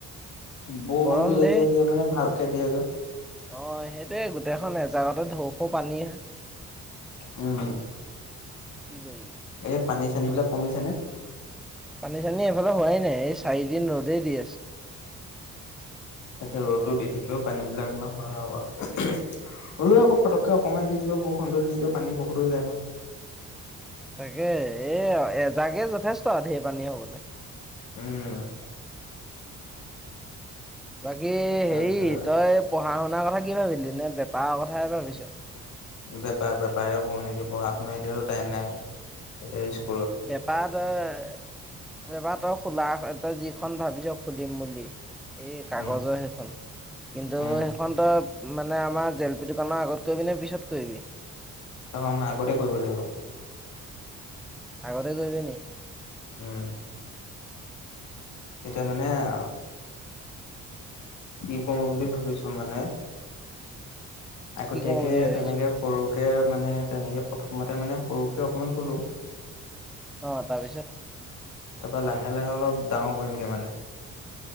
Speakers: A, on the left; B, in the centre.
A: বৰষুণটো
B: গৰম
A: যেতিয়া
B: দেই
A: দিয়ে মানে ভালকে দিয়ে যে।
B: অ সেইটোয়ে গোটেইখন এজাগতে ঢৌ খৌ পানী।
A: উম।
B: কি কৈ
A: এতিয়া পানী চানী বিলাক কমিছে নে
B: পানী চানী এফালে হোৱাই নাই এই চাৰিদিন ৰ'দেই দি আছে
A: তাকে ৰ'দো দি থাকিলেও পানী বিলাক খ আৰু ৰ আকৌ পটককে অকণমান দি দিলো বৌখুন টো দিলে পানী বহু দূ যায় না
B: তাকে এ এজাগে যথেষ্ট ঢেৰ পানী হবলে
A: উম
B: বাকী
A: তাকে
B: হেই তই পঢ়া শুনাৰ কথা কি ভাবিলি নে বেপাঅ কথাই ভাবিছ
A: বেপাৰ বেপাৰে কও নেকি পঢ়া শুনা এতিয়া টাইম নাই এতিয়া ইচ
B: বেপাৰ তই বেপাৰ তই খোলা তই যিখন ভাবিছ খুলিম বুলি এই কাগজৰ
A: উম
B: সেইখন কিন্তু
A: উম
B: সেইখনতো মানে আমাৰ জলপি দোকানৰ আগত কৰিবি নে পিছত কইবি
A: সেখন আগতে কৰিব লাগিব
B: আগতে কৰিবি নি
A: উম এতিয়া মানে আ কি কও বুলি ভাবিছো মানে আগতিয়াকে
B: কি কৰো বুলি ভাবিছ?
A: তেনেকে সৰু কে মানে তেনেকে প্ৰথমতে মানে সৰুকে অকমান খোলো
B: অ তাৰপিছত
A: তাৰপা লাহে লাহে অলপ ডাঙৰ কৰিমগে মানে